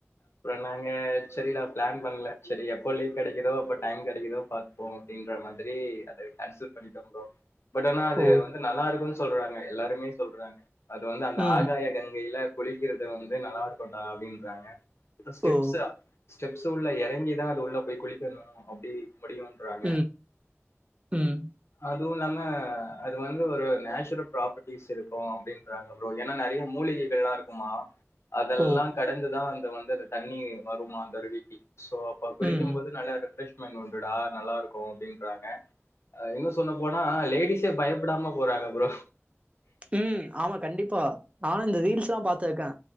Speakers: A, on the left; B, on the right.
A: அப்புற நாங்க சரி டா ப்ளான் பண்ல சரி எப்போ லீவ் கெடைக்குதோ அப்ப டைம் கெடைக்குதோ பாத் ப்போ அப்பிடின்ற மாதிரி அத கேன்சல் பண்ணிட்டே ப்ரோ பட் ஆனா அது
B: ஓ!
A: வந்து நல்லா இருக்குன் சொல்றாங்க எல்லாருமே சொல்றாங்க அது வந்து அந்த
B: ம்.
A: ஆகாய கங்கையில குளிக்கிறது வந்து நல்லாருக்குண்டா அப்டின்றாங்க இப்ப ஸ்டெப்ஸா
B: ஓ!
A: ஸ்டெப்ஸ் உள்ள எறங்கிதா அது உள்ள போய் குளிக்கணு அப்படி இப்பிடியுன்றாங்க
B: ம். ம்.
A: அதுவு இல்லாம அது வந்து ஒரு நேச்சுரல் ப்ராப்பர்ட்டிஸ் இருக்கு அப்டின் ன்றாங்க ப்ரோ ஏனா நெறைய மூலிகைகள்லா இருக்குமா அதெல்லா
B: ஓ!
A: கடந்துதா அந்த வந்தது தண்ணி வருமா அந்தரிடிக்கி ஸோ அப்ப குளிக்கும்
B: ம்.
A: போது நல்லா ரெஃப்ரெஷ்மெண்ட் உண்டுடா நல்லா இருக்கு அப்டின்றாங்க ஆ இன்னோ சொன்ன போனா லேடிஸே பயப்டாமா போறாங்க ப்ரோ
B: உ ஆமா கண்டிப்பா நானு இந்த ரீல்ஸ்லா பாத்துருக்கே